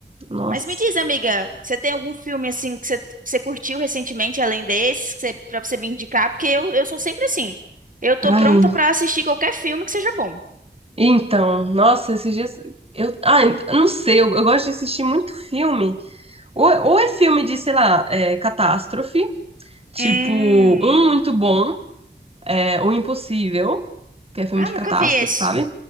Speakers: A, on the right; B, on the right.
A: Nossa.
B: Mas me diz, amiga, você tem algum filme assim que você, você curtiu recentemente, além desses, que você, pra você me indicar? Porque eu, eu sou sempre assim. Eu tô
A: Ai.
B: pronta pra assistir qualquer filme que seja bom.
A: Então, nossa, esses dias. Eu, ah, ent- eu não sei, eu, eu gosto de assistir muito filme. Ou, ou é filme de, sei lá, é, catástrofe, tipo,
B: Hum.
A: um muito bom, é, O Impossível. que é filme
B: Ah,
A: de
B: nunca
A: catástrofe,
B: vi esse.
A: sabe?